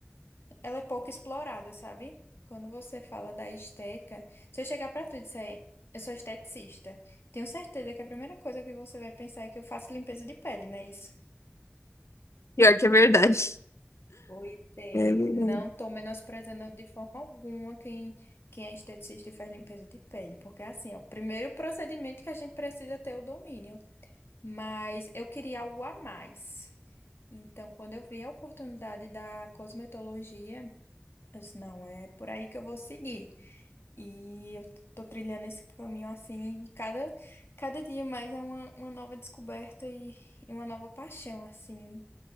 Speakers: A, on the left; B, on the left.
A: Ela é pouco explorada, sabe? Quando você fala da estética, se eu chegar pra tu e disser, eu sou esteticista, tenho certeza que a primeira coisa que você vai pensar é que eu faço limpeza de pele, não é isso?
B: Pior que é verdade.
A: Pois é.
B: É verdade.
A: Não
B: <laughs>
A: tô menosprezando de forma alguma quem, quem é esteticista e faz limpeza de pele, porque assim, é o primeiro procedimento que a gente precisa ter o domínio. Mas eu queria algo a mais. Então, quando eu vi a oportunidade da cosmetologia, eu disse, não, é por aí que eu vou seguir. E eu tô trilhando esse caminho assim, e cada, cada dia mais é uma, uma nova descoberta e, e uma nova paixão, assim.